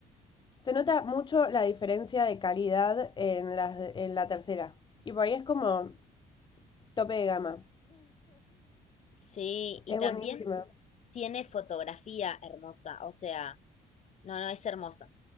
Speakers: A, on the left (about 30°); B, on the left (about 50°).
A: se nota mucho la diferencia de calidad en las de- en la tercera. Y por ahí es como tope de gama.
B: sí. Y
A: Es
B: también
A: buenísima.
B: tiene fotografía hermosa. O sea... No, no, es hermosa.